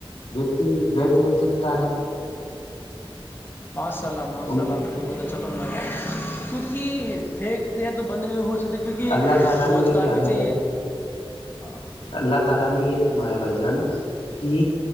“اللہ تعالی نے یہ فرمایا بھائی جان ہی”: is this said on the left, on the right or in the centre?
Left